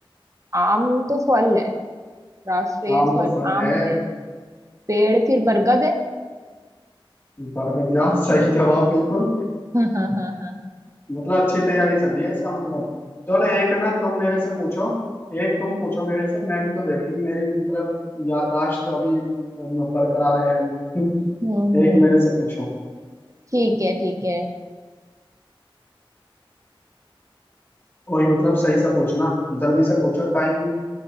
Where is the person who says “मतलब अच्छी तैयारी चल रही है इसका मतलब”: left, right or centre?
Left